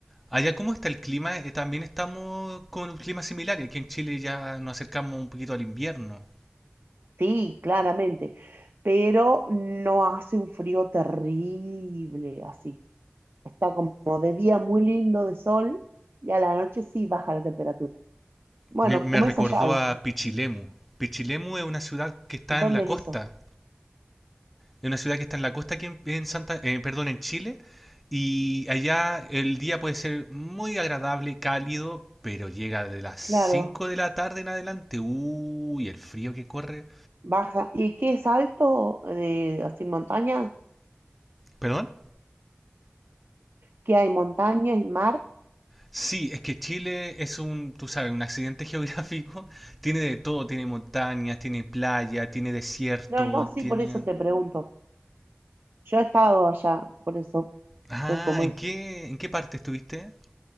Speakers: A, in the centre; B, on the right.
A: Allá, ¿cómo está el clima? Eh, también estamos con un clima similar. Aquí en Chile ya nos acercamos un poquito al invierno.
B: Sí, claramente. Pero no hace un frío terrible así. Está como de día muy lindo de sol y a la noche sí baja la temperatura. Bueno,
A: Me, me
B: como
A: recordó
B: es allá, ¿viste?
A: a Pichilemu. Pichilemu es una ciudad que está
B: ¿Dónde
A: en la costa.
B: es eso?
A: Es una ciudad que está en la costa aquí en, en Santa, eh, perdón, en Chile. Y allá el día puede ser muy agradable, cálido, pero llega de las 5
B: Claro,
A: de la tarde en adelante. Uy, el frío que corre.
B: baja. ¿Y qué es alto? Eh, así montaña.
A: ¿Perdón?
B: ¿Qué hay? ¿Montañas y mar?
A: Sí, es que Chile es un, tú sabes, un accidente <laughs> geográfico. Tiene de todo, tiene montañas, tiene playa, tiene desierto,
B: No, no, sí,
A: tiene...
B: por eso te pregunto. Yo he estado allá, por eso
A: Ah,
B: sé cómo
A: ¿en
B: es.
A: qué, en qué parte estuviste?